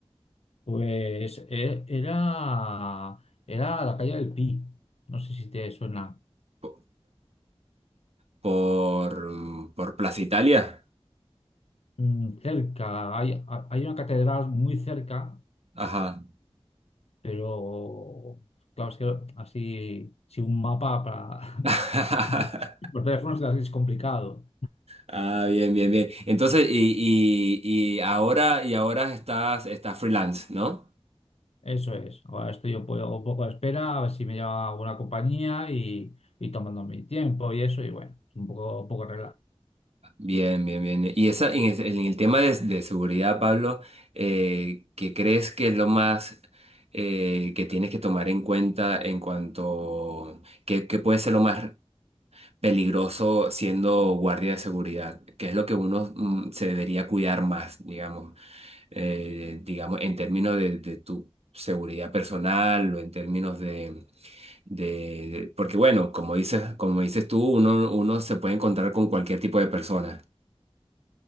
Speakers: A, on the left (about 70°); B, on the right (about 70°).
A: Pues e- era, era la calle del Pi. No sé si te suena.
B: Po- Por, mm, por Plaza Italia.
A: Mm, cerca, hay, hay una catedral muy cerca.
B: Ajá.
A: Pero, claro, es que así, si un mapa para...
B: <laughs>
A: <laughs> Por teléfono es casi es complicado.
B: Ah, bien, bien, bien. Entonces, y, y, y ahora, y ahora estás, estás freelance, ¿no?
A: Eso es. Ahora estoy un poco, un poco a la espera, a ver si me llama alguna compañía y, y tomando mi tiempo y eso, y bueno, es un poco, un poco relax.
B: Bien, bien, bien. Y esa, en el, en el tema de, de seguridad, Pablo, eh, ¿qué crees que es lo más eh, que tienes que tomar en cuenta en cuanto que, puede ser lo más peligroso siendo guardia de seguridad? ¿Qué es lo que uno mm, se debería cuidar más, digamos, eh, digamos, en términos de, de tu seguridad personal o en términos de de- de- porque bueno, como dices, como dices tú, uno, uno se puede encontrar con cualquier tipo de persona.